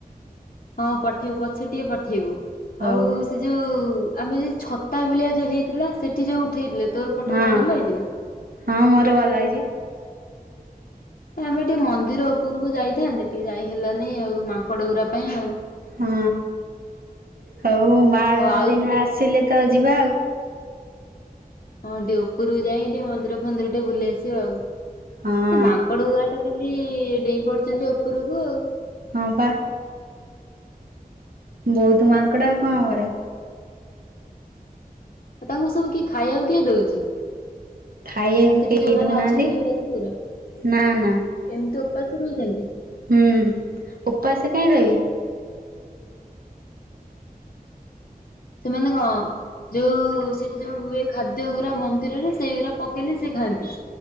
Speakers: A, on the left; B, on the right.
A: ହଁ ପଠେଇବୁ ପଛରେ ଟିକିଏ ପଠେଇବୁ
B: ହଉ
A: ଆଉସ୍ ସେ ଯୋଉ ଆମେ ଯୋଉ ଛତା ଭଳିଆ ଯୋଉ ହେଇଥିଲା ସେଠି ଯୋଉ ଉଠେଇଥିଲେ। ତୋର ଫଟୋ
B: ହଁ
A: ଗୁରା ଭଲ ହେଇଚି ନା?
B: ହଁ ମୋର ଭଲ ହେଇଚି।
A: ଆମେ ଟିକିଏ ମନ୍ଦିର ଉପରକୁ ଯାଇଥାନ୍ତେ। ଟିକିଏ ଯାଇ ହେଲାନି ଆଉ ମାଙ୍କଡ ଗୁରା ପାଇଁ ଆଉ।
B: ହଁ ହଉ ମା
A: ହଉ
B: ଘର
A: ଆଉ
B: ଦିନ
A: ଥରେ
B: ଆସିଲେ ତ ଯିବା ଆଉ।
A: ହଁ ଟିକିଏ ଉପରକୁ ଯାଇ ଟିକିଏମନ୍ଦିର ଫନ୍ଦିର ଟିକିଏ ବୁଲି ଆସିବା ଆଉ।
B: ହଁ।
A: ମାଙ୍କଡ ଗୁୁରା ତ ଖାଲି ଡେଇଁ ପଡୁଚନ୍ତି ଉପରକୁ ଆଉ।
B: ହଁ ପା। ବହୁତ୍ ମାଙ୍କଡ ଆଉ କଣ କରିବ।
A: ଆଉ ତାଙ୍କୁ ସବୁ କିଏ ଖାଇବାକୁ କିଏ ଦୋଉଚି?
B: ଖାଇବାକୁ
A: ସେଠି
B: କେହି
A: ଯୋଉମାନେ
B: ଦଉନାହାନ୍ତି।
A: ଅଛନ୍ତି ଯୋଉ ଲୋକ ଗୁରା।
B: ନା ନା
A: ଏମିତି ଉପାସ୍ ରହୁଚନ୍ତି?
B: ହୁଁ ଉପାସେ କାଇଁ ରଇବେ।
A: ସେମାନେ କଣ ଯୋଉ ସେଠି ଯୋଉ ହୁଏ ଖାଦ୍ୟ ଗୁରା ମନ୍ଦିରରେ ସେଇଗୁରା ପକେଇଲେ ସେ ଖାଆନ୍ତି।